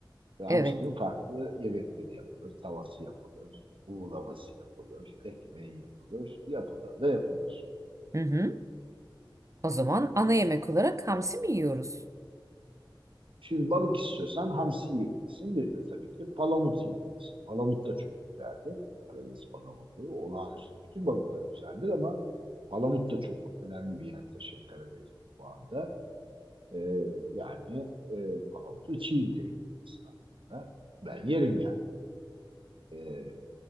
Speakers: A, on the right (about 85°); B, on the right (about 40°).
A: Ve hamsinin
B: Evet.
A: farklı yemekleri yapılır. Tavası yapılır, buğulaması yapılır, ekmeği yapılır, yapılır da yapılır.
B: Hı hı. O zaman ana yemek olarak hamsi mi yiyoruz?
A: Şimdi balık istiyorsan hamsi yiyebilirsin. Bir de tabii ki palamut yiyebilirsin. Palamut da çok güzeldir. Karadeniz palamutu olağanüstü. Bütün balıklar güzeldir ama palamut da çok önemli bir yer taşır Karadeniz mutfağında. Ee, yani e, palamutu çiğ de yiyebilirsin aslında. Ben yerim yani. Ee,